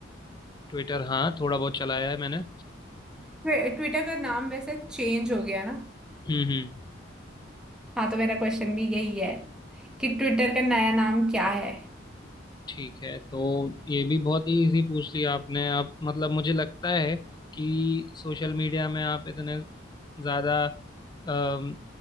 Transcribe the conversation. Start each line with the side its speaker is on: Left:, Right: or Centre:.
Left: ट्विटर हाँ थोड़ा बहुत चलाया है मैंने
Centre: ट्वि- ट्विटर का नाम वैसे चेंज हो गया ना
Left: हम्म हम्म
Centre: हाँ तो मेरा क्वेश्चन भी यही है कि ट्विटर का नया नाम क्या है
Left: ठीक है तो ये भी बहुत ही इजी पूछ लिया आपने आप मतलब मुझे लगता है कि सोशल मीडिया में आप इतने ज़्यादा अम,